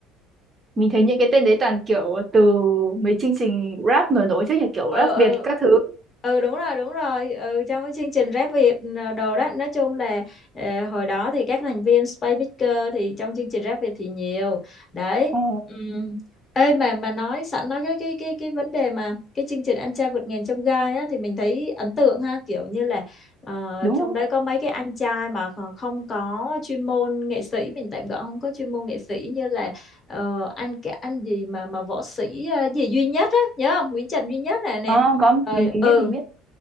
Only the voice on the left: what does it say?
ừ
ừ
ừ đúng rồi đúng rồi ừ trong cái chương trình Rap Việt ờ, đồ đó nói chung là ờ, hồi đó thì các thành viên Space Picker thì trong chương trình Rap Việt thì nhiều đấy
Ừm. Ê mà mà nói sẵn nói cái cái cái cái vấn đề mà cái chương trình Anh trai vượt ngàn chông gai á thì mình thấy ấn tượng ha kiểu như là ờ,
trong
đấy có mấy cái anh trai mà kh- không có chuyên môn nghệ sĩ mình tạm gọi không có chuyên môn nghệ sĩ như là Ờ, anh cái anh gì mà mà võ sĩ ờ, gì duy nhất á nhớ không Nguyễn Trần duy nhất này nè
rồi
ừ